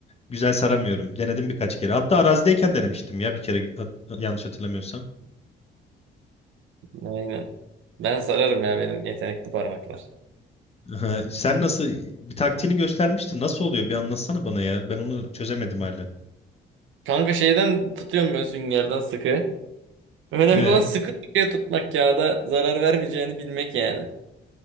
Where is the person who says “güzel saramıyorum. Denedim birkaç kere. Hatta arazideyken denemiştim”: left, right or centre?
Left